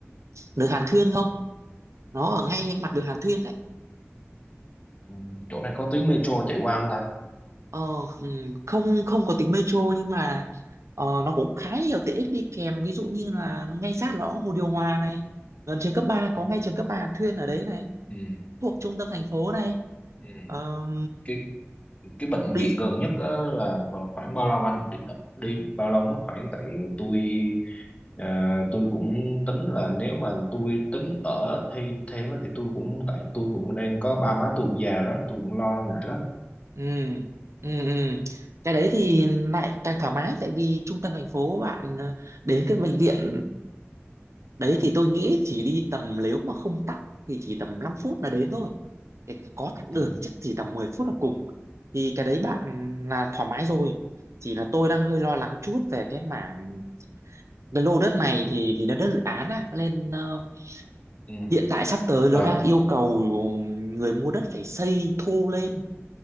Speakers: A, on the right; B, on the left.
A: đường Hàn Thuyên không nó ở ngay mặt đường Hàn Thuyên đấy
B: ừ. Chỗ này có tuyến metro chạy qua không ta?
A: Ờ, ừm, không không có tính metro nhưng mà ờ, nó cũng khá nhiều tiện ích đi kèm ví dụ như là ngay sát nó có hồ điều hòa này gần trường cấp ba
B: Ừ.
A: có ngay trường cấp 3 Hàn Thuyên ở đấy này
B: Ừ.
A: thuộc trung tâm thành phố này
B: Ừ.
A: Ờ,
B: Cái cái bệnh
A: đi
B: viện gần nhất á, là còn khoảng bao lâu anh đi, đi bao lâu mất khoảng tại tôi ờ, tôi cũng tính là nếu mà tôi tính ở thêm thêm á, thì tôi cũng tại tôi cũng đang có ba má tôi cũng già rồi đó tôi cũng lo ngại lắm
A: ừ, ừ, ừ. cái đấy thì lại càng thoải mái tại vì trung tâm thành phố bạn ờ, đến cái bệnh viện đấy thì tôi nghĩ chỉ đi tầm nếu mà không tắc thì chỉ tầm 5 phút là đến thôi Cái- có tắc đường
B: ừ
A: chắc chỉ tầm 10 phút là cùng thì cái đấy bạn là thoải mái rồi chỉ là tôi đang hơi lo lắng chút về cái mảng cái lô đất này thì vì nó đất dự án á nên ờ,
B: ừ
A: hiện tại sắp tới nó
B: ờ
A: đang yêu cầu người mua đất phải xây thô lên